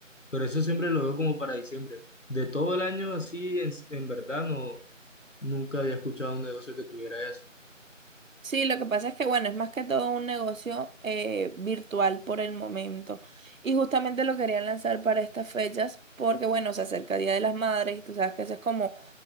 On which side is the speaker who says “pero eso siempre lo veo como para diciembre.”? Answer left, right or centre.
Left